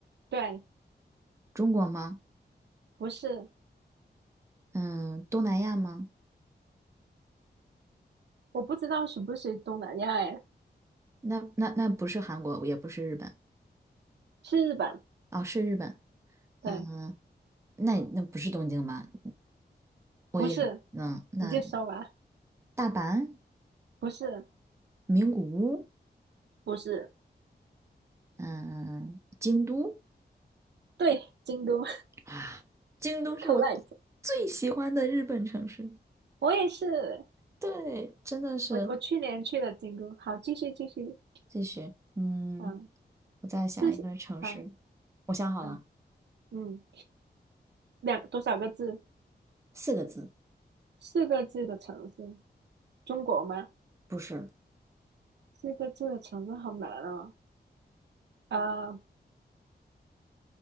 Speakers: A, on the right; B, on the right.
A: 对，
B: 中国吗？
A: 不是，
B: 嗯，东南亚吗？
A: 我不知道是不是东南亚，哎，
B: 那那那不是韩国，也不是日本，
A: 是日本。
B: 哦，是日本，
A: 对，
B: 嗯，那那不是东京吧？我也，
A: 不是，
B: 嗯，那
A: 你就说吧。
B: 大阪、
A: 不是，
B: 名古屋，
A: 不是，
B: 嗯，京都，
A: 对，京都
B: 啊，京都是我
A: ，collect
B: 最喜欢的日本城市。
A: <laughs>。我也是，
B: 对，真的是。
A: 我我去年去了京都。好，继续继续。
B: 继续，嗯，
A: 嗯，
B: 我再想一个城市，
A: 四十，好，
B: 我想好了，
A: 嗯嗯，两多少个字？
B: 四个字，
A: 四个字的城市，中国吗？
B: 不是，
A: 四个字的城市好难哦。呃，